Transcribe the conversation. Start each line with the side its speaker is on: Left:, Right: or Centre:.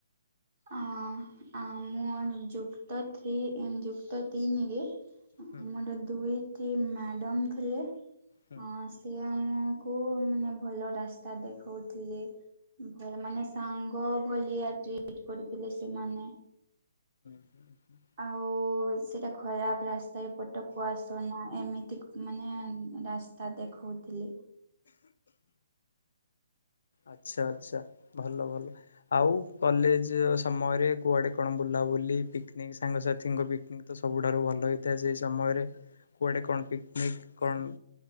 Right: ଅଁ ଅଁ ମୁଁ ଯୁକ୍ତ ଥ୍ରୀ ଉଁ ଯୁକ୍ତ ତିନିରେ
Left: ହୁଁ
Right: ଆମର ଦୁଇଟି ମ୍ୟାଡମ୍ ଥିଲେ ଅଁ
Left: ହୁଁ।
Right: ସିଏ ଆମକୁ ମାନେ ଭଲ ରାସ୍ତା ଦେଖଉଥିଲେ। ଭଲ ମାନେ ସାଙ୍ଗ ଭଳିଆ ଟ୍ରିଟ କରିଥିଲେ ସେମାନେ।
Left: ଆଛା
Right: ଆଉ ସେଇଟା ଖରାପ ରାସ୍ତା ଏ ପଟ କୁ ଆସନା ଏମିତି ମାନେ ରାସ୍ତା ଦେଖଉଥିଲେ।
Left: ଆଚ୍ଛା ଆଚ୍ଛା ଭଲ ଭଲ। ଆଉ କଲେଜ ସମୟରେ କୁଆଡେ କଣ ବୁଲାବୁଲି ପିକନିକ ସାଙ୍ଗସଥିଙ୍କ ବି ନିକ୍ ତ ସବୁଠାରୁ ଭଲ ହେଇଥାଏ ସେଇ ସମୟରେ କୁଆଡ଼େ କଣ ପିକନିକ କଣ